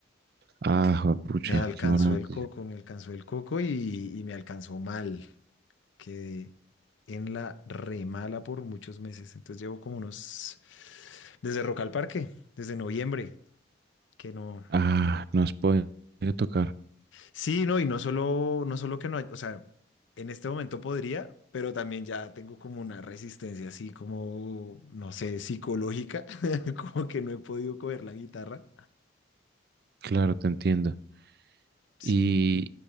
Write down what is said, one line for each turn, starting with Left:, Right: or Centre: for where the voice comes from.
Right: Ah, juepucha,
Left: Me alcanzó
Right: qué mala noticia.
Left: el coco, me alcanzó el coco y, y me alcanzó mal. Quedé en la remala por muchos meses. Entonces llevo como unos, desde Rock al Parque, desde noviembre, que no,
Right: Ah, no has podido tocar.
Left: Sí, no, y no solo, no solo que no hay, o sea, en este momento podría, pero también ya tengo como una resistencia así como, no sé, psicológica, <laughs> como que no he podido coger la guitarra.
Right: Claro, te entiendo.
Left: Sí.
Right: ¿Y,